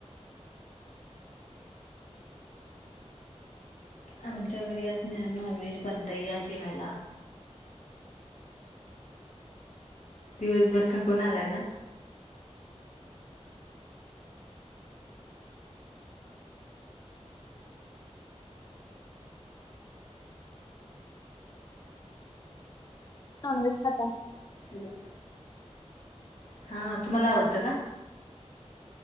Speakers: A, on the left; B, on the left.
A: आमच्या घरी आज नायनॉनव्हेज बनतंय या जेवायला. दिवसभर थकून आलाय ना?
B: नॉनव्हेज खाता <unintelligible>
A: हॅलो. हा तुम्हाला आवडतं का?